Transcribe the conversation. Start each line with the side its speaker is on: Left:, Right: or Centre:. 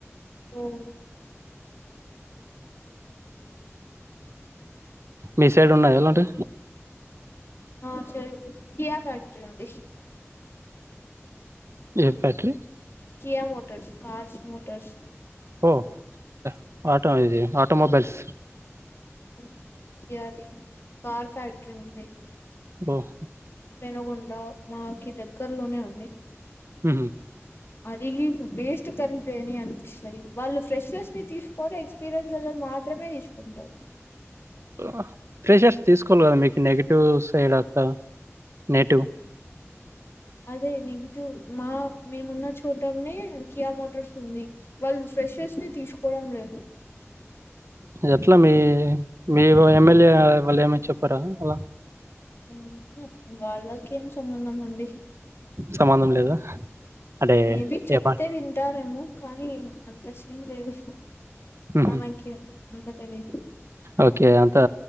Left: ఓ
Right: మీ సైడ్ ఉన్నయా ఇలాంటి
Left: ఆ చె కియా ఫ్యాక్టరీ ఉంది.
Right: ఏం factory?
Left: Kia motors cars motors
Right: ఓ అ ఆటో ఇది ఆటోమొబైల్స్
Left: ఉ కియాది కార్ ఫ్యాక్టరీ ఉంది.
Right: ఓహ్!
Left: పెనుగొండ మాకి దగ్గర్లోనే ఉంది.
Right: ఉహు
Left: అది వేస్ట్ కనిపోయిని అనిపిస్తది. వాళ్ళు ఫ్రెషర్స్ ని తీస్కొరు ఎక్స్ పిరోన్స్ ఒళ్లనే మాత్రమే తీసుకుంటర్
Right: ఆ ప్రెషర్స్ తీసుకోలి కదా మీకు నెగిటివ్ సైడ్ అక్కడ నెటివ్
Left: అదే నెగిటివ్ మా మేమున్న చోటనే కియా మోటార్స్ ఉంది. వాళ్ళు ఫ్రెషర్స్ ని తీసుకోవడం లేదు.
Right: ఎట్లా మీ మీ వో ఎమ్మెల్యే వాళ్ళు ఏమి చెప్పరా అలా
Left: ఉహు వాళ్ళకి ఏం సంబంధం అండి
Right: సంబంధం లేదా అంటే
Left: మే బి చెప్తే
Right: ఏమా
Left: వింటారేమో కానీ అంత సీన్ లేదు,
Right: ఉహు.
Left: మనకి అంత తెలిదు.
Right: ఓకే అంతా